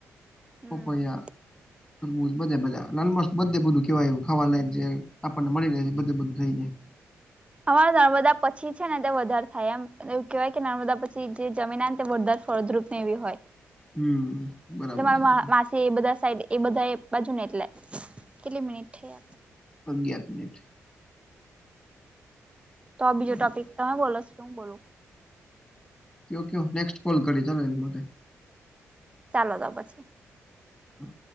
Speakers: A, on the right; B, on the left.
A: હમ.
B: પપૈયા. હમમ બધા બધા લાલ મસ્ત બધે બધું કેવાયું ખાવાલાયક જે આપણને મળી રહે છે બધે બધું થઈ જાય.
A: અમારે નર્મદા પછી છે ને તે વધારે થાય એમ. એવું કહેવાય કે નર્મદા પછી જે જમીન આવે વરદાદ ફળદ્રૂપ ને એવી હોય.
B: હમ બરાબર
A: એટલે મારા
B: છે એ બધું.
A: માસી એ બધા સાઈડ એ બધા એ બાજુ ને એટલે, કેટલી મિનિટ થઈ?
B: અગિયાર મિનિટ.
A: તો બીજ
B: બરાબર,
A: ટોપિક તમે બોલો શું બોલો?
B: ઓકે ઓકે નેક્સ્ટ કોલ કરીશ એની માટે.
A: ચાલો તો પછી.
B: હા.